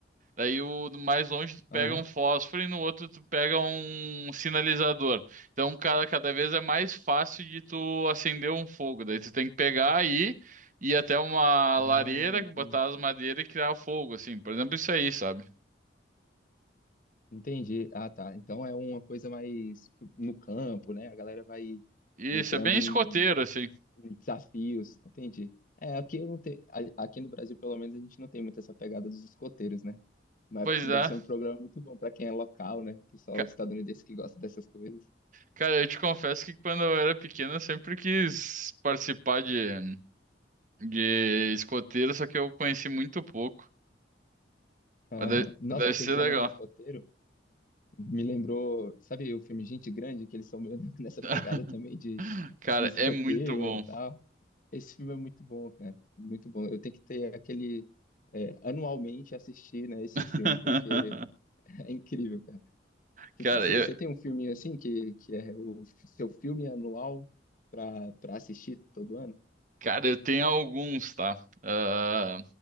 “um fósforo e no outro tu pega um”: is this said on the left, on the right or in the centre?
Right